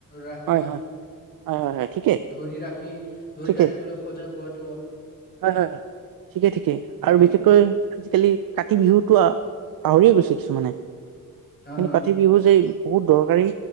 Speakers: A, on the left (about 30°); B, on the right (about 80°).
A: ৰাখি
B: হয় হয় হয় হয় হয়। ঠিকেই
A: ধৰি ৰাখি ধৰি
B: ঠিকেই
A: ৰাখিবলৈ সজাগ পোৱাটো
B: হয় হয় হয় ঠিকেই ঠিকেই
A: হয়নে
B: আৰু বিশেষকৈ আজিকালি কাতি বিহুতো পাহৰিয়ে গৈছে কিছুমানে
A: অ
B: কিন্তু কাতি বিহু যে বহুত দৰকাৰী